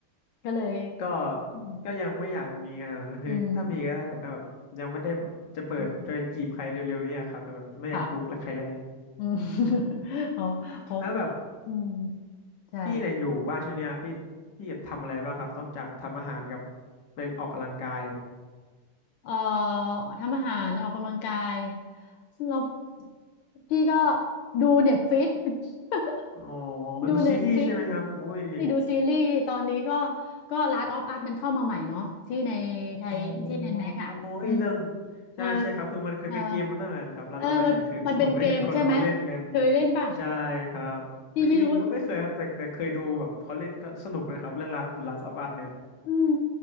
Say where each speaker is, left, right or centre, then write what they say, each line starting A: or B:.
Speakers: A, on the left; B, on the left.
A: ก็เลย
B: ก็
A: อืม
B: ก็ยังไม่อยากมีงานคือถ้ามีก็ได้แต่ก็แบบยังไม่ได้แบบจะเปิดจะไปจีบใครเร็วๆเนี่ยครับคือแบบไม่อยากลุกและใครแรง
A: อืมอืมครับ <laughs> อืม <laughs> เขาเขา
B: แล้วแบบ
A: อืมใช่
B: พี่เนี่ยอยู่บ้านช่วงเนี้ยพี่พี่แบบทำอะไรบ้างครับนอกจากทำอาหารกับไปออกกำลังกาย
A: อ่าเอ่อทำอาหารออกกำลังกายแล้วพี่ก็ดูเน็ตฟิก <laughs>
B: อ๋อ
A: ดูเน็ตฟิก
B: ดูซีรีส์ใช่ไหมครับอุ้ย
A: ที่ดูซีรีส์ตอนนี้ก็ก็ Last of Us มันเข้ามาใหม่เนาะที่ในไทยที่ในแม็กอะอืม
B: อ๋อเอ้ยเรื่อง
A: เออ
B: ใช่ใช่ครับคือมันเคยเป็นเกมมันด้วยเหมือนกันครับลาสต์อออัเนี่ยคือ
A: เออ เออมันมันเป็นเกมใช่ไหม
B: <laughs> ผมก็เห็นคนเอาเล่นกัน
A: เคยเล่นป่ะ
B: ใช่ครับจริงๆก็ไม่เคยครับแต่แต่เคยดูแบบเขาเล่นก็สนุกนะครับเรื่อง
A: พี่ไม่รู้
B: Last Last of Us เนี่ย
A: อืม